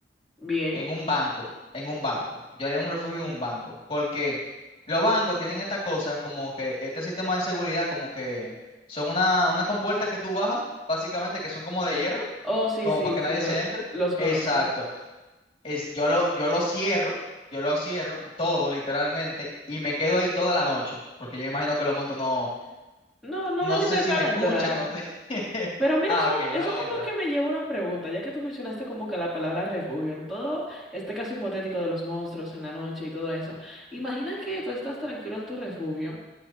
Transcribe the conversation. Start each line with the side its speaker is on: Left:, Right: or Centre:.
Centre: Bien.
Left: en un banco, en un banco. Yo haría un refugio en un banco, porque los bancos tienen estas cosas como que este sistema de seguridad, como que son una, una compuerta que tú bajas, básicamente, que son como de hierro,
Centre: Oh, sí,
Left: como
Centre: sí,
Left: para que
Centre: sí,
Left: nadie
Centre: lo-
Left: se entre.
Centre: los conozco.
Left: Exacto. Es, yo lo, yo lo cierro, yo lo cierro todo literalmente y me quedo ahí toda la noche, porque yo me imagino que los montos no,
Centre: No, no
Left: no
Centre: van a
Left: sé
Centre: intentar
Left: si me escuchan
Centre: entrar.
Left: o... <laughs>
Centre: Pero mira,
Left: Ah,
Centre: eso,
Left: ok,
Centre: eso
Left: no
Centre: como
Left: entra.
Centre: que me lleva a una pregunta, ya que tú mencionaste como que la palabra refugio en todo este caso hipotético de los monstruos en la noche y todo eso. Imagina que tú estás tranquilo en tu refugio